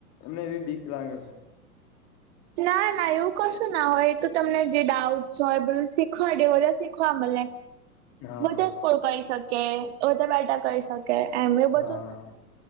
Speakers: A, on the left; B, on the right.
A: એમને એવી બીક લાગે છે.
B: ના ના એવું કશું ના હોય એ તો તમને જે ડાઉટસ હોય બધું શીખવાડે બધા શીખવા મળે. <inaudible>
A: હા
B: બધા સ્કૂલ કરી શકે વધા બેઠા કરી શકે. કે એમ એ બધુ
A: હા